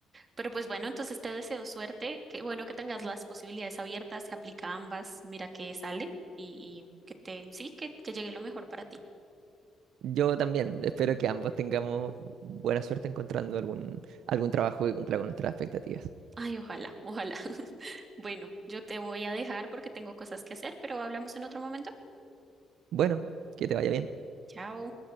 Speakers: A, on the right; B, on the right.
A: Pero pues bueno, entonces te deseo suerte. Qué bueno que tengas las posibilidades abiertas, que aplica a ambas. Mira que sale y, y que te, sí, que, que llegue lo mejor para ti.
B: Yo también espero que ambos tengamos buena suerte encontrando algún, algún trabajo que cumpla con nuestras expectativas.
A: Ay, ojalá, ojalá. <laughs> Bueno, yo te voy a dejar porque tengo cosas que hacer, pero hablamos en otro momento.
B: Bueno, que te vaya bien.
A: Chao.